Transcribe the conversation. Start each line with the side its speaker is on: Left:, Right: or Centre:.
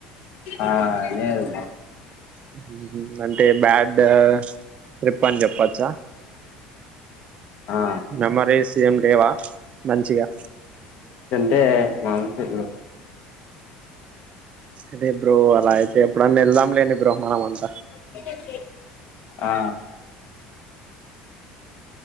Left: ఆ లేరు బ్రో
Right: ఉ హు అంటే బ్యాడ్ డ్ ట్రిప్పన్చెప్పచ్చ?
Left: ఆ
Right: ఇంగ మరి స్ సి ఏం లేవా? మంచిగా
Left: టే మాములె బ్రో
Right: అదే బ్రో అలా అయితే ఎప్పుడన్నా ఎళ్దాంలేండి బ్రో, మనమంత్
Left: ఫ ఆ